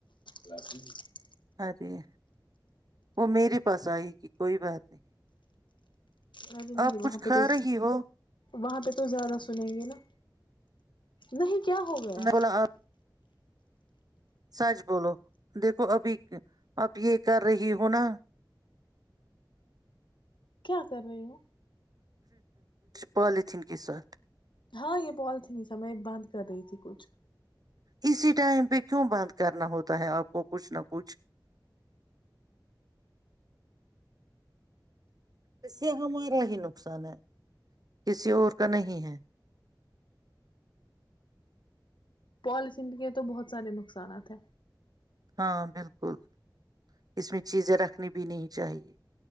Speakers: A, on the left; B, on the right.
A: گ <unintelligible>
B: ارے وہ میرے پاس آئے گی کوئی بات نہیں
A: نہیںے نہیں
B: آپ کچھ
A: وہاں
B: کھا
A: پہ تو
B: رہی ہو
A: وہاں پہ تو زیادہ سنیں گے نا نہیں کیا ہو گیا
B: میں بولا سچ بولو دیکھو ابھی اپ یہ کر رہی ہو نا
A: کیا کر رہی ہ
B: پالتین کیس ساتھ
A: ہاں یہ پال تھی نہیں س میں بند کر رہی تھی کچھ
B: اسی ٹائم پہ کیوں بند کرنا ہوتا ہے آپ کو کچھ نہ کچھ اسے ہمارا ہی نقصان ہے کسی اور کا نہیں ہے
A: پال سند کے تو بہت سارے نقصانات ہیں
B: ہاں بالکل اس میں چیزیں رکھنی بھی نہیں چاہیے